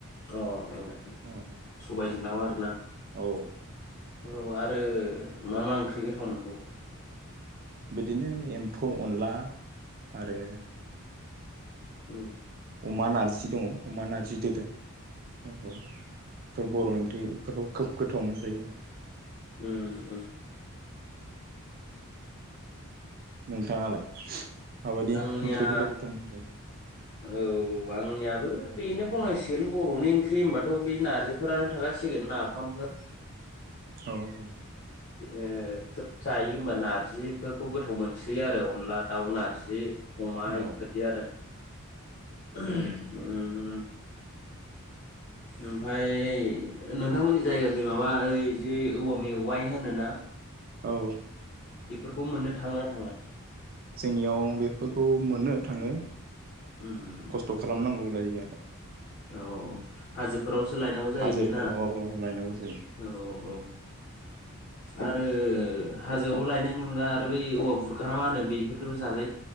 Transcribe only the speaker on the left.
अ औ
सबय दाव आरो ना
औ आरो मा मा ओंख्रि गोथाव मोनबावगौ
ओम
उम उम
आंनिया
औ आंनियाबो बेनो गनायांसिगोन बरनि ओंख्रि होनबाथ बे नारजिफोरानो थागासिगोन नाफामफोर
ओ खोब जायो होमबा नारजिफोरखौ गोथाव मोनसोयो आरो अनला दाउ नारजि अमा
इफोरदि आरो उम उम ओमफफ्राय नोंथांमोननि जायगााख माबा ओइ जि औवा मेवाइ होनोना
बेफोरखौ मोननो थांना थाङा?
उम
उम
औ औ हाजोफोरावसो लायनांगौ जायो
बेना
औ औ औ आरो हाजोआव लायनायनि अनगा आरो बै औवा बुरखा ना मा होनो बेफोरबो जानाय